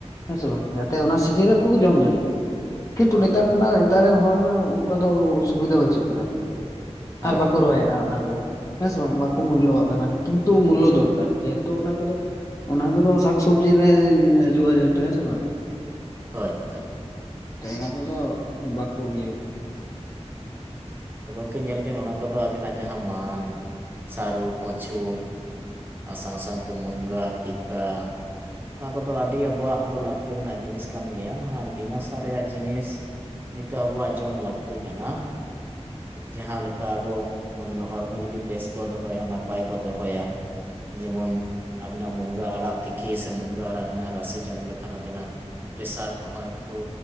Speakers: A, on the left (about 30°); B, on the right (about 15°).
A: ᱦᱮᱸ ᱥᱮ ᱵᱟᱝ ᱡᱟᱛᱮ ᱚᱱᱟ ᱥᱤᱡᱤᱱ ᱨᱮ ᱩᱱᱠᱩ ᱠᱚ ᱡᱚᱢ ᱫᱟᱲᱮᱜ ᱠᱤᱱᱛᱩ
B: ᱦᱩᱸ
A: ᱱᱮᱛᱟᱨ
B: ᱦᱩᱸ
A: ᱱᱮᱛᱟᱨ ᱨᱮᱱ ᱦᱚᱲ ᱚᱱᱠᱟ ᱫᱚ ᱥᱩᱵᱤᱫᱷᱟ ᱵᱟᱹᱪᱩᱜ ᱠᱟᱫᱟ
B: ᱦᱮᱸ
A: ᱟᱨ ᱵᱟᱠᱚ ᱨᱚᱦᱚᱭᱮᱫᱼᱟ ᱚᱱᱟ ᱠᱚ ᱦᱮᱸ ᱥᱮ ᱵᱟᱝ ᱵᱟᱠᱚ
B: ᱦᱩᱸ
A: ᱢᱩᱞᱚᱣᱟᱜ ᱠᱟᱱᱟ ᱠᱤᱱᱛᱩ ᱢᱩᱞᱚ ᱫᱚᱨᱠᱟᱨ ᱡᱮᱦᱮᱛᱩ ᱚᱱᱟ ᱠᱚᱫᱚ ᱚᱱᱟ ᱠᱚᱫᱚ ᱥᱟᱠᱥᱚᱵᱽᱡᱤ ᱨᱮ ᱦᱤᱡᱩᱜᱼᱟ ᱡᱮᱦᱮᱛᱩ ᱦᱮᱸ ᱥᱮ ᱵᱟᱝ
B: ᱦᱳᱭ ᱦᱳᱭ
A: ᱛᱚ ᱚᱱᱟ ᱠᱚᱫᱚ ᱵᱟᱠᱚ ᱤᱭᱟᱹ ᱠᱟᱱᱟ
B: ᱜᱚᱝᱠᱮ ᱧᱮᱞ ᱵᱮᱱ ᱚᱱᱟ ᱠᱚᱫᱚ ᱟᱵᱮᱱᱟᱜ ᱡᱟᱦᱟᱸ ᱢᱟᱱ ᱥᱟᱹᱨᱩ ᱠᱚᱪᱩ ᱟᱨ ᱥᱟᱶ ᱥᱟᱶᱛᱮ ᱢᱩᱱᱜᱟᱹ ᱯᱤᱯᱟ ᱱᱚᱣᱟ ᱠᱚᱫᱚ ᱟᱹᱰᱤ ᱟᱵᱚᱣᱟᱜ ᱫᱚ ᱞᱟᱹᱠᱛᱤ ᱨᱮᱱᱟᱜ ᱡᱤᱱᱤᱥ ᱠᱟᱱ ᱜᱮᱭᱟ ᱟᱨ ᱵᱤᱱᱟ ᱥᱟᱨ ᱨᱮᱭᱟᱜ ᱡᱤᱱᱤᱥ ᱱᱤᱛᱚᱜ ᱟᱵᱚᱣᱟᱜ ᱡᱚᱢ ᱞᱟᱹᱠᱛᱤ ᱠᱟᱱᱟ ᱡᱟᱦᱟᱸ ᱞᱮᱠᱟ ᱟᱵᱚ ᱦᱚᱲᱢᱚ ᱡᱩᱫᱤ ᱵᱮᱥ ᱵᱚ ᱫᱚᱦᱚᱭᱟ ᱱᱟᱯᱟᱭ ᱵᱚ ᱫᱚᱦᱚᱭᱟ ᱡᱮᱢᱚᱱ ᱟᱵᱤᱱᱟᱜ ᱢᱩᱱᱜᱟᱹ ᱟᱲᱟᱜ ᱛᱤᱠᱤ ᱥᱮ ᱢᱩᱱᱜᱟᱹ ᱟᱲᱟᱜ ᱨᱮᱱᱟᱜ ᱨᱟᱥᱮ ᱡᱚᱢ ᱞᱮᱠᱷᱟᱱ ᱟᱵᱤᱱᱟᱜ ᱯᱮᱥᱟᱨ ᱠᱚᱦᱚᱸ ᱮᱠᱴᱩ